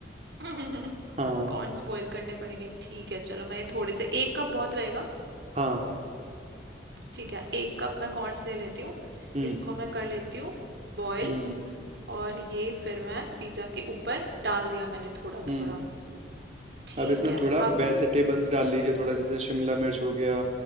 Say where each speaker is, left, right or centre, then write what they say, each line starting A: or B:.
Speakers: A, on the right; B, on the right.
A: <laughs>
B: हाँ
A: कॉर्न्स बॉईल करने पड़ेंगे ठीक है चलो मैं ये थोड़े से एक कप बहुत रहेगा
B: हाँ
A: ठीक है एक कप मैं कॉर्नस ले लेती हूँ
B: हम्म
A: इसको मैं कर लेती हूँ बॉईल
B: हम्म
A: और ये फिर मैं पिज्ज़ा के ऊपर डाल दिया मैंने थोड़ा
B: हम्म
A: थोड़ा ठीक
B: अब इसमें
A: है
B: थोड़ा
A: अब
B: वेजिटेबल्स डाल लीजिए थोड़ा जैसे शिमला मिर्च हो गया